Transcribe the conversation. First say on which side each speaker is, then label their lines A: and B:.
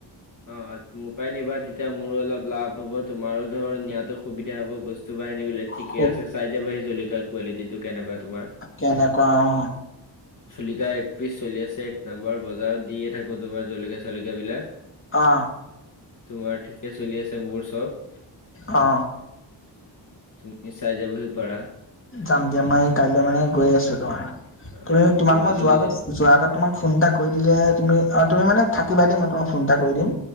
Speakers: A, on the left (about 45°); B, on the left (about 30°).
A: অ মোৰ পৰাই নিবা তেতিয়া মোৰো অলপ লাভ হব তোমাৰো ধৰা নিয়াতো সুবিধা হব বস্তু বাহিনী বিলাক। ঠিকে
B: খুব
A: আছে চাই যাবা সেই জলিকীয়াৰ কোৱালিটি টো কেনেকুৱা তোমাৰ।
B: কেনেকুৱা অ।
A: জলিকা একত্ৰিছ চলি আছে এক নম্বৰ বজাৰত দিয়ে থাকো তোমাৰ জলকীয়া চলকীয়া বিলাক।
B: অ।
A: তোমাৰ ঠিকে চলি আছে মোৰ চব।
B: অ।
A: তুমি চাই যাবহি পাৰা।
B: যাম দিয়া মই কাইলৈ মানে গৈ আছোঁ তোমাৰ
A: অ',
B: তুমি তোমাক মই
A: লৈ
B: যোৱাৰ আগত, যোৱা আগত তোমাক ফোন এটা কৰি দিলে হে তুমি অ তুমি মানে থাকিবা দেই মই তোমাক ফোন এটা কৰি দিম।